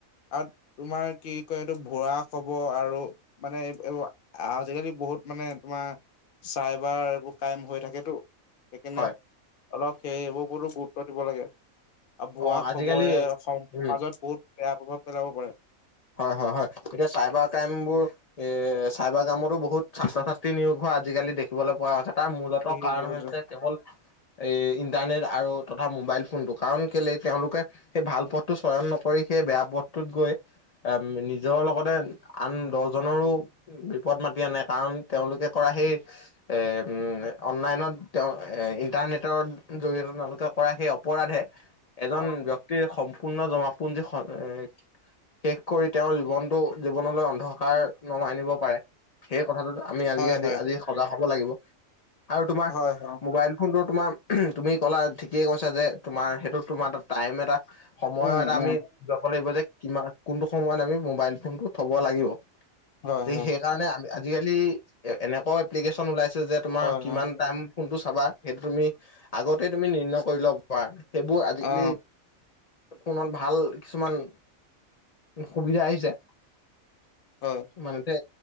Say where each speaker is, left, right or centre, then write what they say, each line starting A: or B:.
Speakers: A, on the left (about 50°); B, on the left (about 80°).
A: আৰু তোমাৰ কি কয় এইটো ভোৰা খবৰ আৰু মানে এইবোৰ আজিকালি। বহুত মানে তোমাৰ চাইবাৰ এইবোৰ ক্ৰাইম হৈ থাকেতো। সেইকাৰণে
B: হয়
A: অলপ সেইবোৰ উপৰতো গুৰুত্ব দিব লাগে। ভুৱা
B: অ আজিকালি
A: খবৰে সমাজত
B: উম
A: বহুত বেয়া প্ৰভাৱ পেলাব পাৰে।
B: হয়, হয়, হয়, এতিয়া চাইবাৰ ক্ৰাইমতো বোৰ এ চাইবাৰ ক্ৰাইমতো বহুত ছাত্ৰ- ছাত্ৰী নিয়োগ হোৱা। আজিকালি দেখিবলৈ পোৱা হৈছে, কাৰণ মূলতঃ
A: সেইবোৰ
B: কাৰণ
A: যে
B: কেৱল এই ইণ্টাৰনেট আৰু তথা মোবাইল ফোনটো কাৰণ কেলে তেওঁলোকে সেই ভাল পথটো চয়ন নকৰি সেই বেয়া পথটো টোত গৈ নিজৰ লগতে আন দহজনৰো বিপদ মাতি আনে, কাৰণ তেওঁলোকে কৰা সেই এই উম, অনলাইনত তেওঁ এ ইন্টাৰনেটৰ জৰিয়তে তেওঁলোকে কৰা সেই অপৰাধে এজন
A: হয়
B: ব্যক্তিৰ সম্পূৰ্ণ জমাপুঞ্জী এ শেষ কৰি তেওঁৰ জীৱনটো জীৱনলৈ অন্ধকাৰ নমাই আনিব পাৰে। সেই কথাটোতো আমি আজি
A: হয়
B: সজাগ হ'ব লাগিব। আৰু তোমাৰ
A: হয় হয়
B: মোবাইল ফোনটো তোমাৰ তুমি ক'লা ঠিকেই কৈছা যে তোমাৰ সেইটোত তোমাৰ এটা টাইম এটা সময়
A: উম
B: এটা
A: উম
B: আমি যাব লাগিব যে কিমান কোনটো সময়ত আমি মোবাইল ফোনটো থ'ব লাগিব।
A: হয়
B: সেইকাৰণে
A: হয়
B: আজিকালি এনেকুৱাও এপ্লিকেশচন ওলাইছে যে তোমাৰ
A: হয়
B: কিমান
A: হয়
B: টাইম কোনটো চাবা সেইটো তুমি আগতে তুমি নিৰ্ণয় কৰি ল'ব পাৰা। সেইবোৰ আজিকালি
A: অ
B: ফোনত ভাল কিছুমান সুবিধা আহিছে।
A: হয়
B: মানেতে